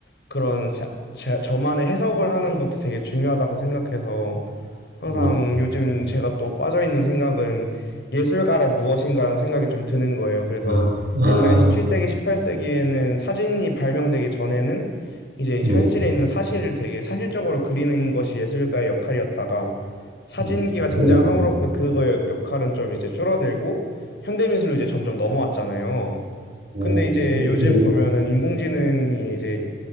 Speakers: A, on the left; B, on the right.
A: 그런 자, 자- 저만의 해석을 하는 것도 되게 중요하다고 생각해서 항상
B: 예.
A: 요즘 제가 또 빠져있는 생각은 예술가란 무엇인가라는 생각이 좀 드는 거예요. 그래서
B: 아, 아,
A: 옛날 17세기, 18세기에는 사진이 발명되기 전에는 이제
B: 네.
A: 현실에 있는 사실을 되게 사실적으로 그리는 것이 예술가의 역할이었다가 사진기가
B: 음,
A: 등장함으로써
B: 그런
A: 그거의 역할은 좀 이제 줄어들고 현대미술로 이제 점점 넘어왔잖아요.
B: 어,
A: 근데 이제 요즘
B: 좀
A: 보면은 인공지능이 이제